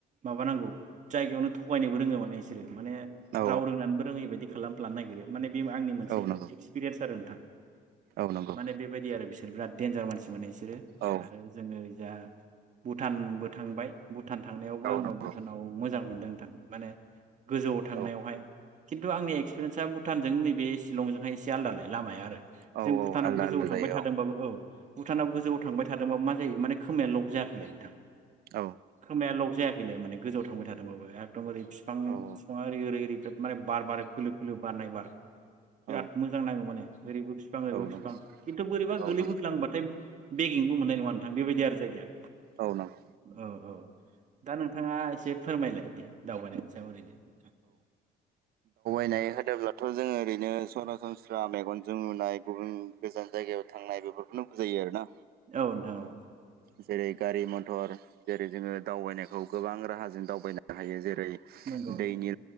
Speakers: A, on the right; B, on the right.
A: माबानांगौ जायगायावनो थगायनोबो रोङो माने बिसोरो माने
B: औ
A: राव रोंनानैबो रोङैबायदि खालामफ्लानो नागिरो माने बे आंनि मोनसे
B: औ नंगौ
A: एक्सपिरियेन्स आरो नोंथां
B: औ नंगौ
A: माने बेबायदि आरो बिसोर बिराद देन्जार मानसि मिने बिसोर बिसोरो
B: औ
A: आरो जोङोओ जा भुटानबो थांबाय भुटान भुटान थांनायावबो आङो
B: नंगौ
A: भुटानाव मोजां मोनदों नोंथा माने गोजौ आव थांनायावहाय
B: औ
A: किनतु आंनि इक्सपिरियेनसा भुतान जों नैबे सिलंजोंहाय एसे आलादा लै लामाया आरो
B: औ औ
A: भुटानाव
B: आलदा
A: गोजौआव
B: आलदा
A: थांबाय
B: जायो
A: थादोंबाबो औ भुटानाव गोजौआव थांबाय थादोंबा मा जायो माने खोमाया लब जायाखैलाय नोंथां
B: औ
A: खोमाया लग जायाखैलाय माने गोजौआव थांबाय थादोंबाबो एखदमबारै बिफां
B: औ
A: एरै एरै माने बार बारो खोलो खोलो बारनाय बार
B: औ
A: बिराद मोजां नाङो माने एरैबो बिफां जेरैबो
B: औ नंगौ
A: बिफां खिन्थु बोरैबा
B: औ
A: गोगलैबोखै्लांबाथाय
B: नंगौ
A: बेगिंबो मोननाय नङा नोंथां बेबायदि आरो जायगाया
B: औ नंगौ
A: औ औ दा नोंथाङा एसे फोरमायलाय दे दावबायनायनि सायाव ओरैनो
B: दानबायनाय होदोब्लाथ' जोङो ओरैनो सरासनस्रा मेगनजों नुनाय गुबुन गोजान जायगायाव थांनाय बेफोरखौनो बुजायो आरो ना।
A: औ नोंथां औ
B: जेरै गारि मथर जेरै जोङो दावबायनायखौ गोबां राहाजों दावबायनो हायो जेरै- ओमफ्राय
A: नंगौ
B: दैनि